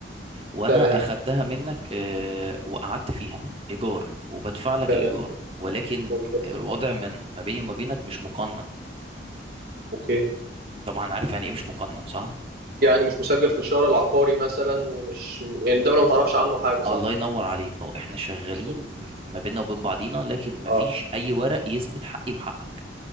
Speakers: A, on the right; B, on the right.
A: وانا
B: تمام
A: اخدتها منك آه، وقعدت فيها ايجار وبدفع لك
B: تمام
A: الايجار ولكن
B: ممتاز
A: الوضع من ما بيني وما بينك مش مقنن
B: اوكي
A: طبعا عارف يعني ايه مش مقنن صح
B: يعني مش مسجل في الشارع العقاري مثلا ومش يعني الدوله ما تعرفش عنه حاجه صح
A: الله ينور عليك اه احنا شغالين
B: مظبوط
A: م- ما بيننا وبين بعضينا لكن ما
B: اه
A: فيش اي ورق يثبت حقي وحقك